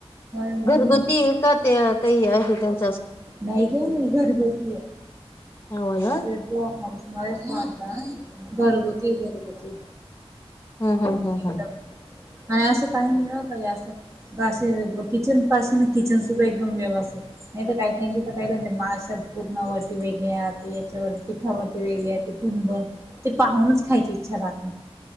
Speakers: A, on the right; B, on the left.
A: मग
B: घरगुती का त्या काही आहे. त्या.
A: नाही ग नाही घरगुती आहे.
B: हो ना.
A: आपल्या जो हं समारेश नाता घरगुती घरगुती
B: हम हम हम
A: एकदम
B: हा
A: आणि असं काही नाही असं असे किचन पाशी ना किचन सुद्धा एकदम व्यवस्थित नाही तर काही त्यांची म्हणजे माशा पूरणावरती वेगळे याच्यावर पिठावरती वेगळे भनभन ते पाहूनच खायची इच्छा राहत नाही.